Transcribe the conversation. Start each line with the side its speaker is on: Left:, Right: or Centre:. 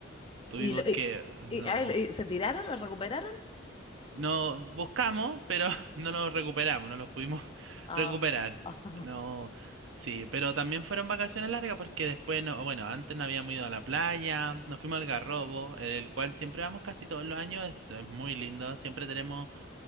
Right: Tuvimos
Left: ¿Y, lo- y-
Right: que...
Left: y-
Right: No.
Left: ah, y- y se tiraron? ¿Lo recuperaron?
Right: No buscamos, pero <laughs> no los recuperamos, no los pudimos <laughs>
Left: Ah.
Right: recuperar.
Left: <laughs>
Right: No. Sí, pero también fueron vacaciones largas porque después no, bueno, antes no habíamos ido a la playa, nos fuimos al Garrobo, el cual siempre vamos casi todos los años, es, es muy lindo, siempre tenemos,